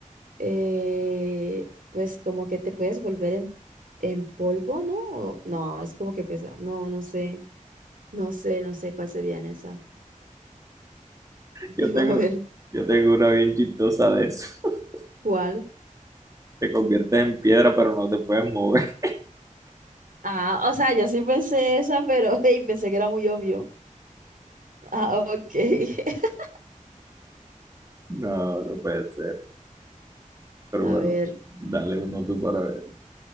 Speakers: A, on the right; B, on the right.
A: eh, pues como que te puedes volver en, en polvo, ¿no? O- no, es como que pesa. No, no sé, no sé, no sé cuál sería en esa. <laughs> Dime
B: Yo tengo,
A: a ver,
B: yo tengo una bien chistosa de eso. <laughs>
A: ¿cuál?
B: Te conviertes en piedra, pero no te puedes mover. <laughs>
A: Ah, o sea, yo sí pensé esa, pero <laughs> hey, pensé que era muy obvio. Ah, ok. <laughs>
B: No, no puede ser. Pero
A: A
B: bueno,
A: ver,
B: dale uno tú para ver.